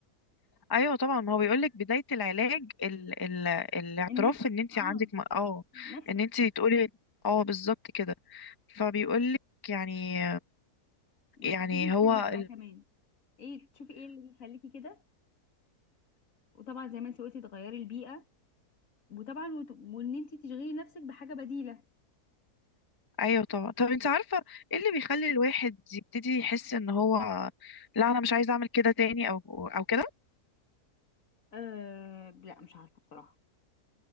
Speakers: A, on the left; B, on the left.
A: ايوه طبعا ما هو بيقول لك بدايه العلاج ال... ال... الاعتراف
B: النفس
A: ان انت عندك
B: اه
A: م- اه
B: نفسك
A: ان انت تقولي اه بالظبط كده فبيقول لك يعني
B: وتحددي
A: يعني
B: السبب
A: هو
B: بقى
A: ال...
B: كمان ايه تشوفي ايه اللي يخليكي كده وطبعا زي ما انت قلتي تغيري البيئه وطبعا وت- وان انت تشغلي نفسك بحاجه بديله
A: ايوه طبعا طب انت عارفه ايه اللي بيخلي الواحد يبتدي يحس ان هو لا انا مش عايز اعمل كده تاني او او كده
B: أه لا مش عارفة بصراحة